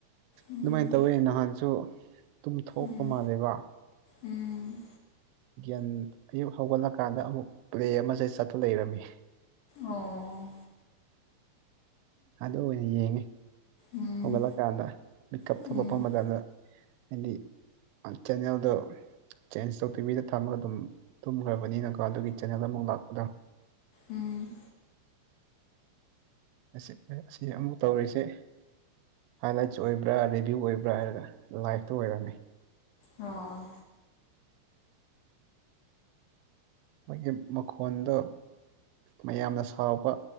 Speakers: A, on the left (about 70°); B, on the right (about 85°).
A: ꯎꯝ
B: ꯑꯗꯨꯃꯥꯏꯅ ꯇꯧꯋꯦ ꯅꯍꯥꯟꯁꯨ ꯇꯨꯝꯊꯣꯛꯄ
A: ꯎꯝ
B: ꯃꯥꯜꯂꯦꯕ
A: ꯎꯝ
B: ꯒꯟ ꯑꯌꯨꯛ ꯍꯧꯒꯠꯂꯀꯥꯟꯗ ꯑꯃꯨꯛ ꯄ꯭ꯂꯦ ꯑꯃꯁꯦ ꯆꯠꯠꯇ ꯂꯩꯔꯝꯃꯤ
A: ꯑꯣ
B: ꯑꯗꯨ ꯑꯣꯏꯅ ꯌꯦꯡꯉꯤ
A: ꯎꯝ
B: ꯍꯧꯒꯠꯂꯛꯀꯥꯟꯗ ꯃꯤꯤꯛꯀꯞ
A: ꯎꯝ
B: ꯊꯣꯛꯂꯛꯄ ꯃꯇꯝꯗ ꯍꯥꯏꯗꯤ ꯆꯦꯅꯦꯜꯗꯣ ꯆꯦꯟꯖ ꯇꯧ ꯇꯤꯚꯗ ꯊꯝꯃꯒ ꯑꯗꯨꯝ ꯇꯨꯝꯈ꯭ꯔꯕꯅꯤꯅꯀꯣ ꯑꯗꯨꯒꯤ ꯆꯦꯅꯦꯜ ꯑꯃꯨꯛ ꯂꯥꯛꯄꯗ
A: ꯎꯝ
B: ꯑꯁꯤ ꯑꯃꯨꯛ ꯇꯧꯔꯤꯁꯦ ꯍꯥꯏꯂꯥꯏꯠ ꯑꯣꯏꯕ꯭ꯔꯥ ꯦꯚꯤꯌꯨ ꯑꯣꯏꯕ꯭ꯔꯥ ꯍꯥꯏꯔꯒ ꯂꯥꯏꯚꯇ ꯑꯣꯏꯔꯝꯃꯦ
A: ꯑꯣ
B: ꯃꯥꯣꯏꯒꯤ ꯃꯈꯣꯟꯗ ꯃꯌꯥꯝꯅ ꯁꯥꯎꯕ